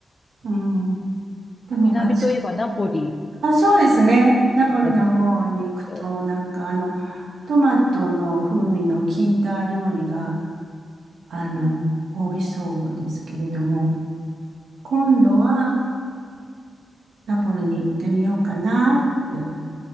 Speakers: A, on the right (about 85°); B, on the left (about 30°).
A: うん。でも、
B: 南といえばナポリ
A: バチ、あ、そうですね。ナポリの方に行くと、
B: とかでしたっけ
A: なんか、あの、トマトの風味の効いた料理が、あの、
B: うん。
A: 多いそうですけれども、今度はナポリに行ってみようかなって